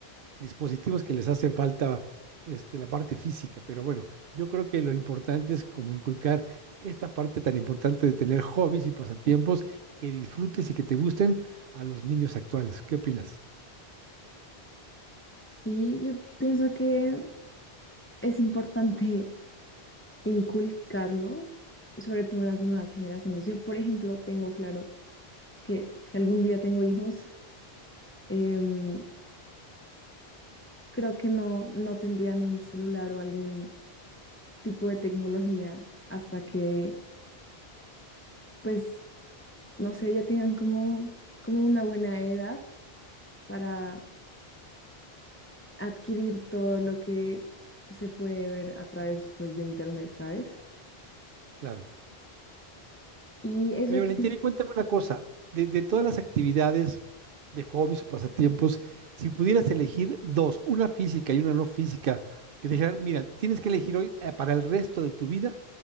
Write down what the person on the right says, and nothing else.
dispositivos que les hace falta este, la parte física, pero bueno, yo creo que lo importante es como inculcar esta parte tan importante de tener hobbies y pasatiempos que disfrutes y que te gusten a los niños actuales. ¿Qué opinas?
Claro.
Oye, Valentina,
y cuéntame una cosa. De, de todas las actividades de hobbies o pasatiempos, si pudieras elegir dos, una física y una no física, que te dijeran, mira, tienes que elegir hoy eh, para el resto de tu vida